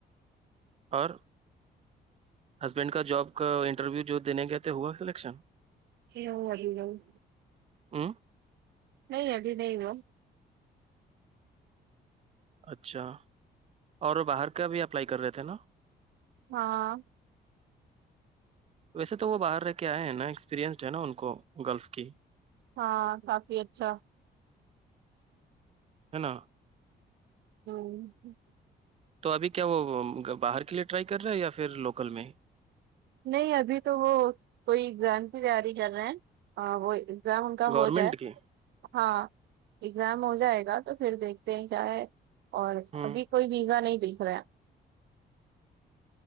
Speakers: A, on the right; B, on the right.
A: اور ہسبینڈ کا جاب کا انٹرویو جو دینے کہتے ہوا سلیکشن
B: رو ہ رہو <unintelligible>
A: ہوں
B: نہیں ابی د وہ
A: اچھا اور باہر کا بھی اپلائی کر رہے تھے نا
B: ہاں
A: ویسے تو وہ باہر رہ کے آئے ہیں نا ایکسپیریئنسڈ ہے نا ان کو گلف کی
B: ہاں کافی اچھا
A: ہے نا
B: ہوں
A: تو ابھی کیا وہ باہر کے لیے ٹرائی کر رہے ہے یا پھر لوکل میں
B: نہیں ابھی تو وہ کوئی ایگزام کی تیاری کر رہے ہیں وہ ایزام ان کا
A: گورنمنٹ
B: ہو جائے
A: کی
B: ہاں ایگزام ہو جائے گا تو پھر دیکھتے ہیں کیا ہے اور
A: ہوں
B: ابھی کوئی بیگا نہیں دکھ رہا